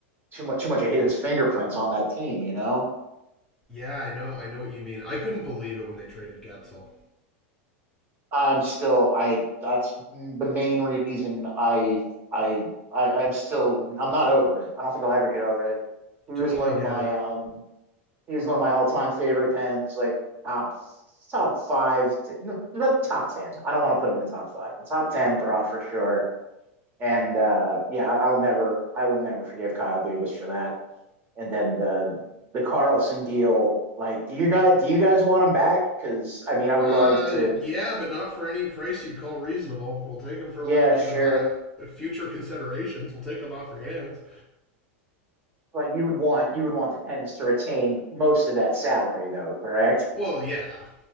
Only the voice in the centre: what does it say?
I know. I know what you mean. I couldn't believe it when they traded Getzel.
Totally
get
it.
Uh,
yeah, but not for any price you'd call reasonable. We'll take them for
like you
know uh, future considerations. We'll take them off your hands.
Well, yeah.